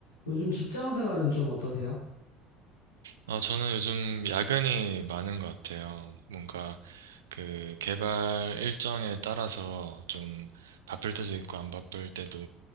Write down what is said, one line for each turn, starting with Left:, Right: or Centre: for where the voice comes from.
Left: 요즘 직장 생활은 좀 어떠세요?
Right: 어, 저는 요즘 야근이 많은 것 같아요. 뭔가 그 개발 일정에 따라서 좀 바쁠 때도 있고 안 바쁠 때도